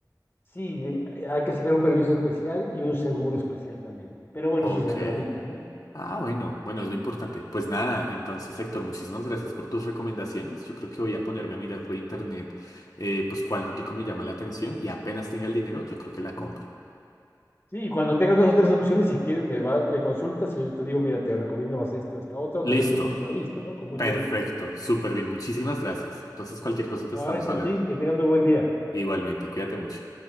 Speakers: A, on the left; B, on the left.
A: Sí, eh, hay que sacar un permiso especial y un seguro especial también. Pero bueno,
B: Ok.
A: eso se tramita, ¿no?
B: Ah, bueno, bueno, es lo importante. Pues nada, entonces Héctor, muchísimas gracias por tus recomendaciones. Yo creo que voy a ponerme a mirar por internet, eh, pues cuál motico me llama la atención y apenas tenga el dinero, yo creo que la compro.
A: Sí, y cuando tengas dos o tres opciones, si quieres, me, va, me consultas y yo te digo, mira, te recomiendo más esto, esta otra, o
B: Listo,
A: te doy mi punto de vista, ¿no? Con mucho
B: perfecto,
A: gusto.
B: súper bien, muchísimas gracias. Entonces cualquier cosita
A: No,
B: estamos
A: gracias
B: hablando.
A: a ti, que tengan muy buen día.
B: Igualmente, cuídate mucho.